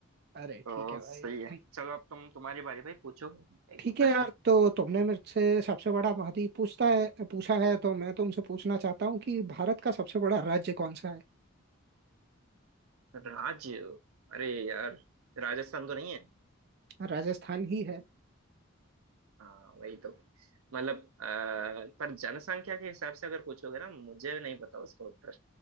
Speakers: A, on the right; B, on the right.
A: अरे
B: तो
A: ठीक है भाई
B: सही
A: <laughs>
B: है
A: thank-
B: चलो अब तुम तुम्हारी बारी भाई पूछो एक
A: ठीक
B: प्रश्न
A: है यार तो तुमने मेरे से सबसे बड़ा महाद्वीप पूछता है पूछा है तो मैं तुमसे पूछना चाहता हूँ कि भारत का सबसे बड़ा राज्य कौन सा है
B: राज्य अरे यार राजस्थान तो नहीं है
A: राजस्थान ही है
B: हाँ वही तो मतलब अह, पर जनसंख्या के हिसाब से अगर पूछोगे ना मुझे नहीं पता उसका उत्तर